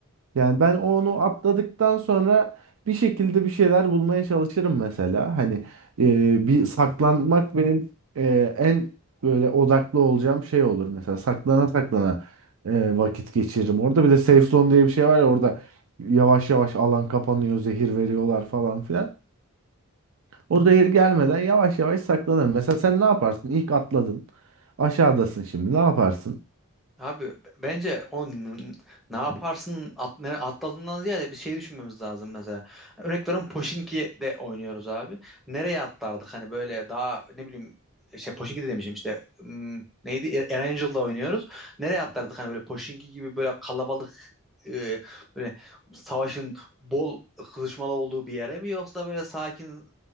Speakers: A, on the right (about 60°); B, in the centre.
A: Yani ben onu atladıktan sonra bir şekilde bir şeyler bulmaya çalışırım mesela. Hani e, bir saklanmak benim e, en böyle odaklı olacağım şey olur mesela. Saklana saklana e, vakit geçiririm. Orada bir de safe zone diye bir şey var ya orada yavaş yavaş alan kapanıyor, zehir veriyorlar falan filan. O zehir gelmeden yavaş yavaş saklanırım. Mesela sen ne yaparsın? İlk atladın. Aşağıdasın şimdi. Ne yaparsın?
B: Abi bence o n- ne yaparsın at, ne- atladığından ziyade bir şey düşünmemiz lazım mesela. Örnek veriyorum Pochinki'de de oynuyoruz abi. Nereye atlardık hani böyle daha ne bileyim şey Pochinki de demişim işte hmm, neydi E- Erangel'da oynuyoruz. Nereye atlardık hani böyle Pochinki gibi böyle kalabalık e, böyle savaşın bol kızışmalı olduğu bir yere mi yoksa böyle sakin